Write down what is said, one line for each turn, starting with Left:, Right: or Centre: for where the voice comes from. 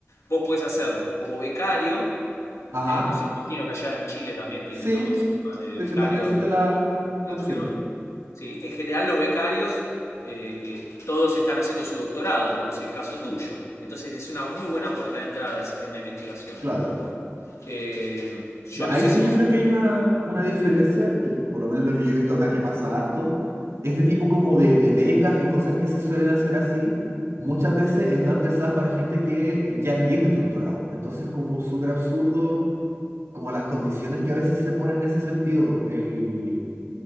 Left: vos podés hacerlo como becario
Right: Ajá.
Left: ¿sí? No sé, imagino que allá en Chile también tienen,
Right: Sí,
Left: ¿no? Un sistema de
Right: sí,
Left: becarios
Right: sí, también existe
Left: de,
Right: la,
Left: de investigación.
Right: la opción.
Left: Sí, en general los becarios eh, eh, todos están haciendo su doctorado, como es el caso tuyo. Entonces es una muy buena puerta de entrada al sistema de investigación.
Right: Claro.
Left: Eh, yo
Right: Ya,
Left: no
Right: ahí
Left: sé
Right: sí
Left: si vos,
Right: yo creo que hay una, una diferencia, que por lo menos lo que yo he visto acá que pasa harto. Este tipo como de, de becas y cosas que se suelen hacer así, muchas veces están pensadas para gente que ya tiene el doctorado. Entonces, como súper absurdo como las condiciones que a veces se ponen en ese sentido, el,